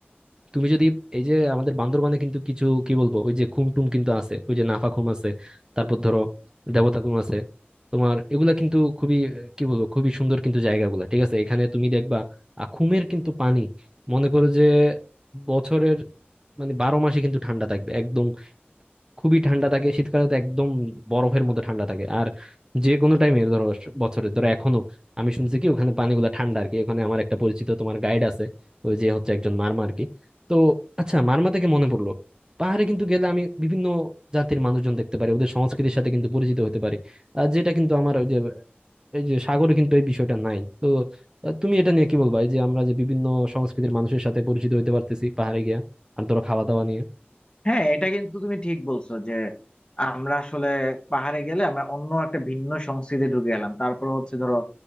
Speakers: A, on the right (about 20°); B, on the left (about 25°).
A: তুমি যদি এই যে আমাদের বান্দরবানে কিন্তু কিছু কি বলবো ওই যে খুমটুম কিন্তু আছে ওই যে নাফা খুম আছে তারপর ধরো দেবতা খুম আছে তোমার এগুলা কিন্তু খুবই আহ, কি বলবো খুবই সুন্দর কিন্তু জায়গাগুলা ঠিক আছে এখানে তুমি দেখবা আ, খুমের কিন্তু পানি মনে করো যে বছরের মানে বারো মাসে কিন্তু ঠান্ডা থাকবে একদম খুবই ঠান্ডা থাকে শীতকালে তো একদম বরফের মতো ঠান্ডা থাকে আর যে কোনো টাইমে ধরো বছরে ধরো এখনো আমি শুনছি কি ওখানে পানিগুলো ঠান্ডা আর কি ওখানে আমার একটা পরিচিত তোমার গাইড আছে ওই যে হচ্ছে একজন মারমা আর কি তো আচ্ছা মারমা থেকে মনে পড়লো পাহাড়ে কিন্তু গেলে আমি বিভিন্ন জাতির মানুষজন দেখতে পারি ওদের সংস্কৃতির সাথে কিন্তু পরিচিত হতে পারি আর যেটা কিন্তু আমার ওই যে এই যে সাগরে কিন্তু এই বিষয়টা নাই তো আহ, তুমি এটা নিয়ে কি বলবা এই যে আমরা যে বিভিন্ন সংস্কৃতির মানুষের সাথে পরিচিত হতে পারতেছি পাহাড়ে গিয়া আর ধরো খাওয়া দাওয়া নিয়ে
B: হ্যাঁ এটা কিন্তু তুমি ঠিক বলছো যে আমরা আসলে পাহাড়ে গেলে আমরা অন্য একটা ভিন্ন সংস্কৃতি ঢুকে গেলাম তারপর হচ্ছে ধরো